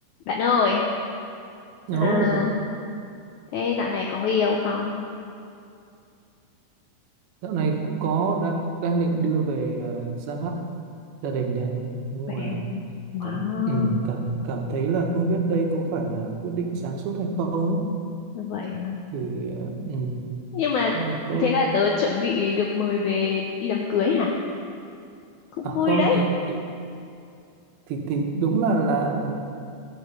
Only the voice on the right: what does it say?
Ồ,
dạo này cũng có đang đang định đưa về à, ra mắt gia đình đấy nhưng
mà
cảm ừ, cảm cảm thấy là không biết đây có phải là quyết định sáng suốt hay không ấy
thì ờ, ừ,
thế là tôi
à
không
cái cái thì thì đúng là là